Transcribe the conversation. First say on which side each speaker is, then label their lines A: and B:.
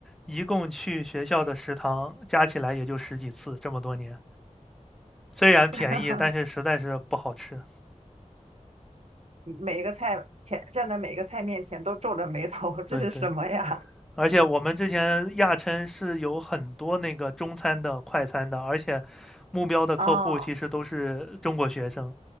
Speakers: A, in the centre; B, on the right.
A: 一共去学校的食堂加起来也就十几次，这么多年，虽然便宜，
B: <laughs>
A: 但是实在是不好吃。
B: 每一个菜前站在每一个菜面前都皱着眉头，这是什么呀？
A: 对对，而且我们之前亚琛是有很多那个中餐的、快餐的，而且目标的客户其实都是中国学生。
B: 哦，